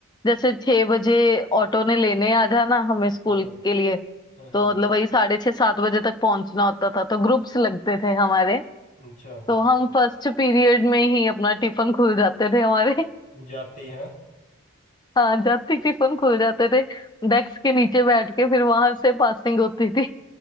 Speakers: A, on the left; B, on the left.
A: जैसे छह बजे ऑटो ने लेने आ जाना हमें स्कूल
B: हाँ
A: के लिए
B: हाँ हाँ
A: तो मतलब वही साढ़े छह सात बजे तक पहुंचना होता था तो ग्रुप्स लगते थे हमारे
B: अच्छा
A: तो हम फर्स्ट पीरियड में ही अपना टिफिन खुल जाते थे हमारे <laughs>
B: जाते हैं
A: हाँ जाते ही टिफिन खुल जाते थे डेस्क के नीचे बैठ के फिर वहां से पासिंग होती थी